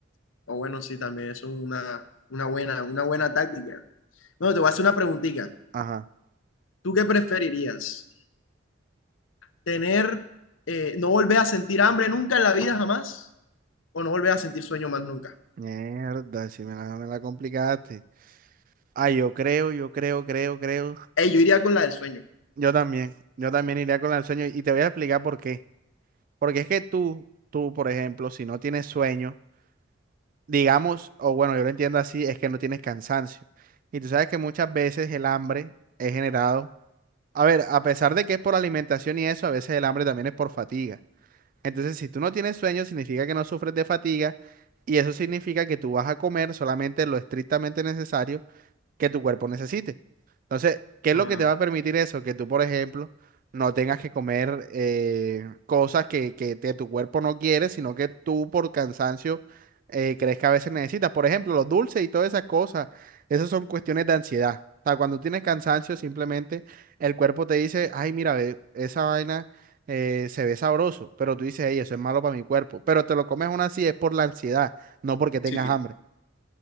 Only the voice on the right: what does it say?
Ajá.
Mierda, si me la, me la complicaste. Ah, yo creo, yo creo, creo, creo.
Yo también, yo también iría con el sueño y te voy a explicar por qué. Porque es que tú, tú, por ejemplo, si no tienes sueño, digamos, o bueno, yo lo entiendo así, es que no tienes cansancio. Y tú sabes que muchas veces el hambre es generado, a ver, a pesar de que es por alimentación y eso, a veces el hambre también es por fatiga. Entonces, si tú no tienes sueño, significa que no sufres de fatiga y eso significa que tú vas a comer solamente lo estrictamente necesario que tu cuerpo necesite. Entonces, ¿qué es
lo que te va a permitir eso? Que tú, por ejemplo, no tengas que comer eh, cosas que, que te- tu cuerpo no quiere, sino que tú por cansancio eh, crees que a veces necesitas. Por ejemplo, los dulces y todas esas cosas, esas son cuestiones de ansiedad. O sea, cuando tienes cansancio, simplemente el cuerpo te dice, ay, mira, ve, esa vaina eh, se ve sabroso, pero tú dices, ey, eso es malo para mi cuerpo. Pero te lo comes aún así, es por la ansiedad, no porque tengas
hambre.